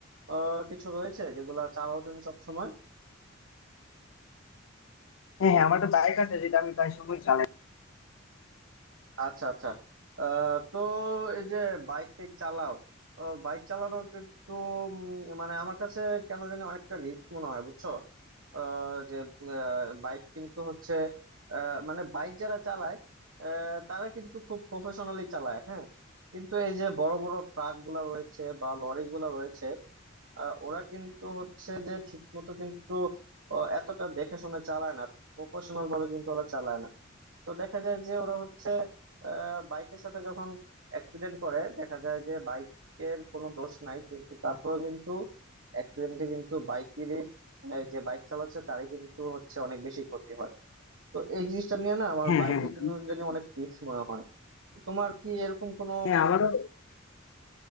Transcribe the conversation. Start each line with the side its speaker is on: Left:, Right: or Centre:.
Right: আহ কিছু রয়েছে যেগুলা চালাও তুমি সব সময়
Left: হ্যাঁ হ্যাঁ আমার একটা বাইক আছে যেটা আমি প্রায় সময় চালাই
Right: আচ্ছা আচ্ছা আহ, তো এই যে বাইক টেক চালাও বাইক চালানো কিন্তু উম, মানে আমার কাছে কেন জানি অনেকটা রিস্ক মনে হয় বুঝছো আহ, যে বাইক কিন্তু হচ্ছে আহ, মানে বাইক যারা চালায় আহ, তারা কিন্তু খুব প্রফেশনালি চালায় হ্যাঁ কিন্তু এই যে বড় বড় ট্রাক গুলা রয়েছে বা লরি গুলা রয়েছে আহ, ওরা কিন্তু হচ্ছে যে ঠিক মতো কিন্তু আহ, এতটা দেখে শুনে চালায় না প্রফেশনাল ভাবে কিন্তু ওরা চালায় না তো দেখা যায় যে ওরা হচ্ছে বাইকের সাথে যখন অ্যাক্সিডেন্ট করে দেখা যায় যে বাইকের কোনো দোষ নাই কিন্তু তারপরেও কিন্তু অ্যাক্সিডেন্টে কিন্তু বাইকেরই মানে যে বাইক চালাচ্ছে তারই কিন্তু হচ্ছে অনেক বেশি ক্ষতি হয় তো এই জিনিসটা নিয়ে না আমার
Left: হ্যাঁ
Right: বাইকে
Left: হ্যাঁ হ্যাঁ
Right: কিন্তু
Left: আমি তো
Right: জানি
Left: জানি।
Right: অনেক রিস্ক মনে হয় তো তোমার কি এরকম কোনো
Left: হ্যাঁ আমারও